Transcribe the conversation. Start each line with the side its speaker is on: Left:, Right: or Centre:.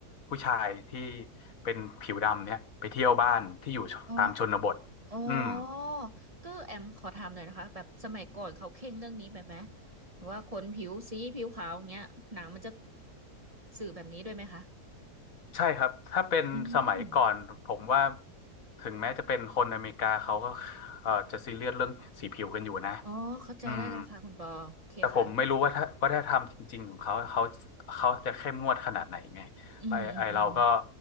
Left: ผู้ชายที่เป็นผิวดำเนี่ยไปเที่ยวบ้านที่อยู่ตามชนบท
Right: อมอ๋อ อ๋อ
Left: อืม
Right: ก็แอมขอถามหน่อยนะคะแบบสมัยก่อนเขาเคร่งเรื่องนี้แบบไหมว่าคนผิวสีผิวขาวอย่างเงี้ยหนังมันจะสื่อแบบนี้ด้วยไหมคะ
Left: ใช่ครับถ้าเป็นสมัยก่อนผมว่า
Right: อืม
Left: ถึงแม้จะเป็นคนอเมริกาเขาก็เอ่อจะซีเรียสเรื่องสีผิวกันอยู่นะ
Right: อ๋อเข้าใจได้แล้วค่ะคุณปอโอเคค่ะ
Left: อืมแต่ผมไม่รู้ว่าถ้าวัฒนธรรมจริงๆของเขาเขาเขาจะเข้มงวดขนาดไหนไงไอไอเราก็
Right: อืมอืมอืม